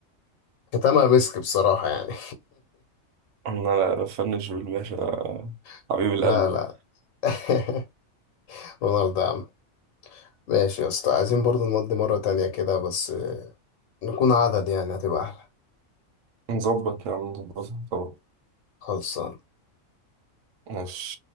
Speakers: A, on the left; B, on the right.
A: كتمها مسك بصراحة يعني
B: انا لا فنش بالباشا
A: <laughs>
B: حبيب القلب
A: لا لا <laughs> رونالدو يا عم ماشي يا اسطى عايزين برضو نودي مرة تانية كده بس نكون عدد يعني هتبقى أحلى
B: مظبط نعم مظبطها طبعا
A: خلصان
B: ماشي